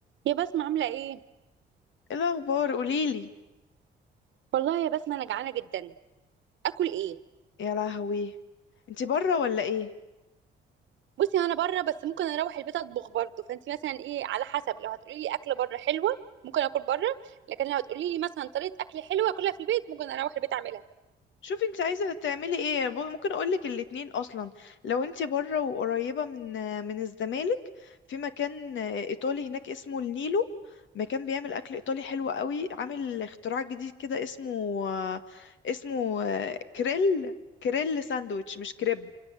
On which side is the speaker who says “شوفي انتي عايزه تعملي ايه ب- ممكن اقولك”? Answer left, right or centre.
Left